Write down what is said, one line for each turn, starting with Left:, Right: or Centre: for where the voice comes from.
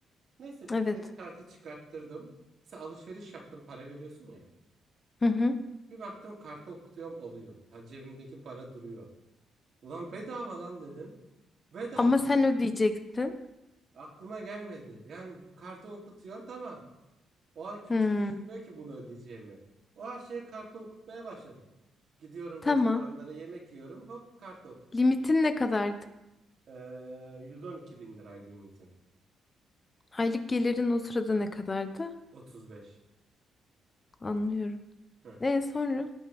Right: Neyse bir
Left: Evet.
Right: kredi kartı çıkarttırdım. Mesela alışveriş yaptım, para veriyorsun ya.
Left: Hı hı.
Right: Bir baktım kartı okutuyorum oluyor. Pa- Cebimdeki para duruyor. Ulan bedava lan dedim. Bedava.
Left: Ama sen ödeyecektin.
Right: Aklıma gelmedi. Yani kartı okutuyorsun tamam. O an kimse
Left: Hı.
Right: düşünmüyor ki bunu ödeyeceğimi. O an şey kartı okutmaya başladım. Gidiyorum
Left: Tamam.
Right: restoranlara yemek yiyorum. Hop kartı okutuyorum.
Left: Limitin ne kadardı?
Right: Ee, 112 bin liraydı limitim.
Left: Aylık gelirin o sırada ne kadardı?
Right: 35.
Left: Anlıyorum.
Right: Hı.
Left: E sonra?